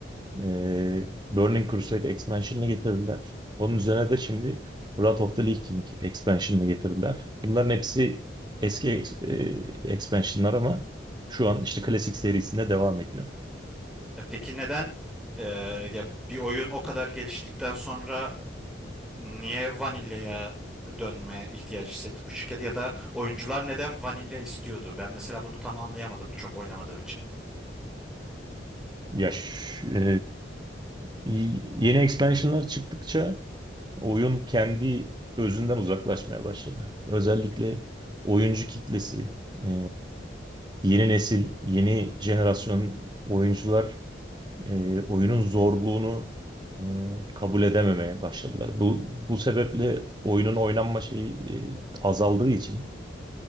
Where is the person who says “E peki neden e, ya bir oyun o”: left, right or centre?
Centre